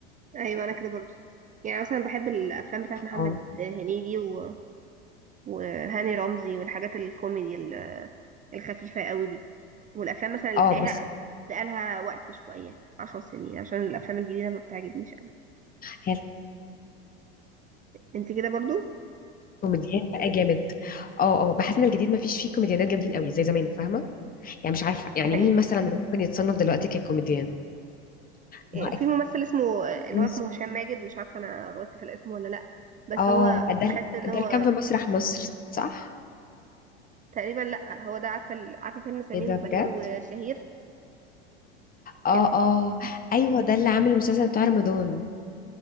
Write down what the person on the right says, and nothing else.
أيوة أنا كده برضو يعني مثلا بحب الأفلام بتاعت محمد
هنيدي و- وهاني رمزي والحاجات الكوميدي الخفيفة قوي دي والأفلام مثلا اللي
تلاقيها
بقالها وقت شوية عشر سنين عشان الأفلام الجديدة ما بتعجبنيش قوي
انت كده برضو
صحيح
إيه،
في
ممثل اسمه اللي
هو اسمه هشام ماجد مش عارفة أنا غلطت في الاسم ولا لأ بس
هو
بحس إن
هو
تقريبا لأ هو ده عارفة ال- عارفة فيلم سمير
وبهير
وشهير
كان فيه